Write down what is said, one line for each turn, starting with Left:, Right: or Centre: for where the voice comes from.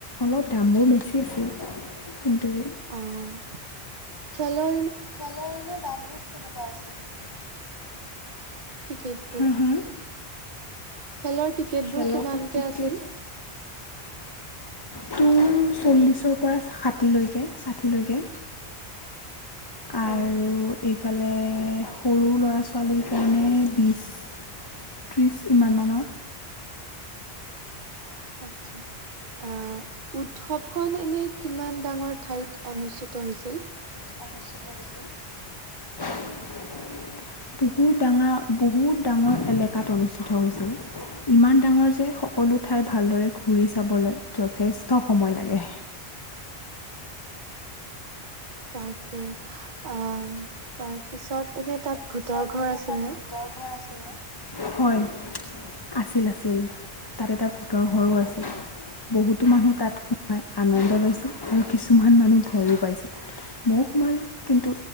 Left: অলপ দামবোৰ বেছি আছিল কিন্তু
Right: অঁ, চলও
Left: চেলৰি নে দামবোৰ কেনেকুৱা আছিল
Right: টিকেটবোৰ
Left: হা হা
Right: খেলৰ টিকেটবোৰ
Left: খেলৰ
Right: কিমানকে
Left: টিকেট
Right: আছিল?
Left: তোৰ চল্লিছৰ পৰা সাঠিলৈকে ষাঠিলৈকে আৰু
Right: অ
Left: এই ইফালে সৰু ল'ৰা ছোৱালীৰ কাৰণে বিশ ত্ৰিশ মানৰ ন
Right: আচ্ছা, আহ উৎসৱখন এনে কিমান ডাঙৰ ঠাইত অনুষ্ঠিত হৈছিল?
Left: বহুত ডাঙৰ বহুত ডাঙৰ এলেকাত অনুষ্ঠিত হৈছিল ইমান ডাঙৰ যে সকলো ঠাই ভালদৰে ঘূৰি চাবলৈ যথেষ্ট সময় লাগে।
Right: তাকে অঁ তাৰপিছত এনে তাত ভূতৰ
Left: পিছত
Right: ঘৰ
Left: এতিয়া
Right: আছিল
Left: তাত
Right: নে
Left: ভূটৰ ঘৰ আছিলে হয় আছিল আছিল, তাত এটা ভূতৰ ঘৰো আছিল বহুতো মানুহ তাত সোমাই আনন্দ লৈছিল আৰু কিছুমান মানুহ ভয়ো পাইছিল ময়ো সোমালোঁ কিন্তু